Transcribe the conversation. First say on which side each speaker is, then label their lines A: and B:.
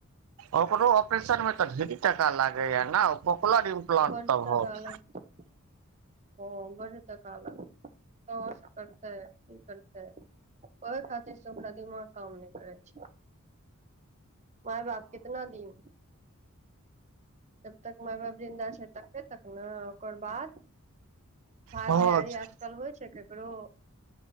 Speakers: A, on the right; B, on the right.
A: ओकरो ऑपरेशन मे तऽ ढेरी टाका लागे या ने इम्प्लांट
B: बड
A: तऽ
B: टका
A: होत
B: लगत ओ बड टका लगत। कहां स करतै, कि करतै? ओहि खातिर से ओकरा दिमाग काम नहि करै छै। माय बाप कितना दिन? जब तक माइ बाप जिन्दा छै, तबे तक ने ओकर बाद? भाय
A: हँ
B: भैयारी आजकल होइ छै ककरो